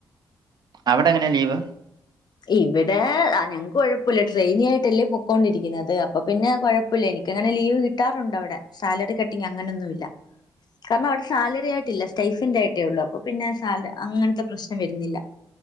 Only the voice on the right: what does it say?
അവടെ എങ്ങനെ ലീവ്?